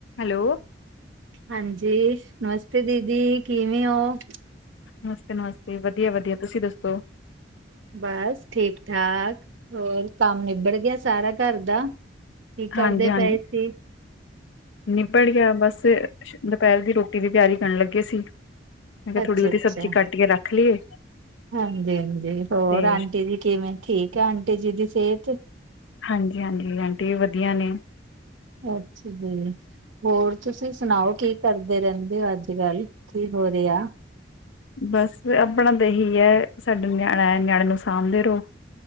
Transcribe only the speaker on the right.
ਹਾਂਜੀ ਨਮਸਤੇ ਦੀਦੀ ਕਿਵੇਂ ਉ?
ਬਸ ਠੀਕ- ਠਾਕ ਹੋਰ ਕੰਮ ਨਿਬੜ ਗਿਆ ਸਾਰਾ ਘਰ ਦਾ? ਕੀ ਕਰਦੇ
ਪਏ ਸੀ?
ਅੱਛਾ-ਅੱਛਾ।
ਹਾਂਜੀ- ਹਾਂਜੀ ਹੋਰ
ਆਂਟੀ ਜੀ ਕਿਵੇਂ ਠੀਕ ਐ ਆਂਟੀ ਜੀ ਦੀ ਸਿਹਤ?
ਅੱਛਾ ਜੀ ਹੋਰ ਤੁਸੀਂ ਸੁਣਾਓ? ਕੀ ਕਰਦੇ ਰਹਿੰਦੇ ਅੱਜ ਕੱਲ, ਕੀ ਹੋ ਰਿਆ?